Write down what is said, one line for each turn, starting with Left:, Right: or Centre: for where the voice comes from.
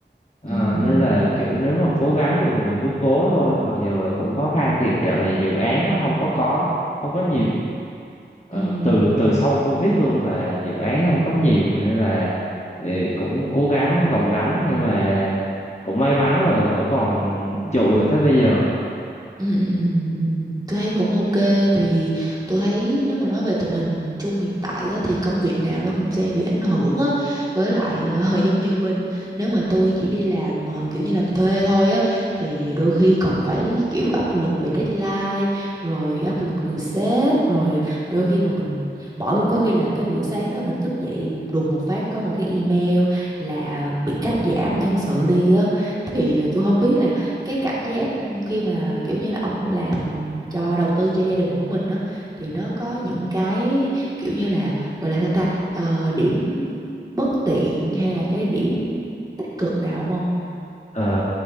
Left: Ờ,
Right: ừm, ừm,
Left: nên
Right: ừm,
Left: là kiểu nếu mà cố gắng được thì mình cứ cố thôi mặc dù là cũng khó khăn thiệt dạo này dự án á, không có có không có nhiều Ờ,
Right: ừm,
Left: từ
Right: ừm.
Left: từ sau Covid luôn là dự án không có nhiều nên là ờ, cũng cố gắng gồng gánh nhưng mà cũng may mắn là vẫn còn trụ được tới bây giờ
Right: Ừ, ừ, ừ, ừ. Tôi thấy cũng ok tại vì tôi thấy nếu mà nói về tình hình chung hiện tại á, thì công việc nào nó cũng sẽ bị ảnh hưởng á với lại ờ, <laughs> giống như bên nếu mà tôi chỉ đi làm ờ, kiểu như làm thuê thôi á thì đôi khi còn phải kiểu áp lực về deadline rồi áp lực từ sếp rồi đôi khi mà mình mỗi một có khi là cái buổi sáng đó mình thức dậy đùng một phát có một cái email là bị cắt giảm nhân sự đi á thì ờ, tôi không biết là cái cảm giác ừ, khi mà kiểu như là ông làm cho đầu tư cho gia đình của mình đó thì nó có những cái kiểu như là gọi là sao ta Ờ, điểm bất tiện hay là cái điểm tích cực nào không ông?
Left: Ờ,